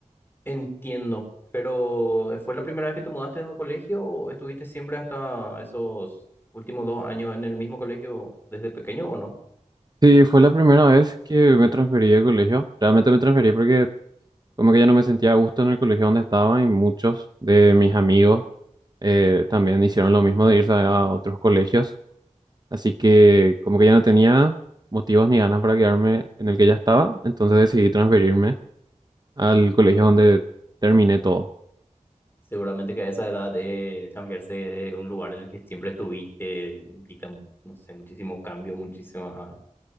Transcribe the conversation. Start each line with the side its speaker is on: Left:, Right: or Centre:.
Left: Entiendo, pero ¿fue la primera vez que te mudaste de colegio o estuviste siempre hasta esos últimos dos años en el mismo colegio desde pequeño o no?
Right: Sí, fue la primera vez que me transferí de colegio. Realmente me transferí porque Como que ya no me sentía a gusto en el colegio donde estaba y muchos de mis amigos eh, también hicieron lo mismo de irse a otros colegios. Así que como que ya no tenía motivos ni ganas para quedarme en el que ya estaba, entonces decidí transferirme al colegio donde terminé todo.
Left: Seguramente que a esa edad eh, cambiarse de un lugar en el que siempre estuviste implica, no sé, muchísimo cambio, muchísimas